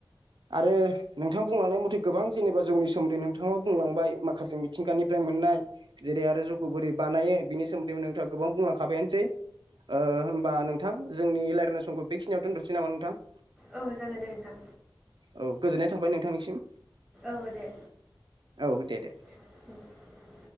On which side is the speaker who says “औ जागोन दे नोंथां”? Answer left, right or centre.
Centre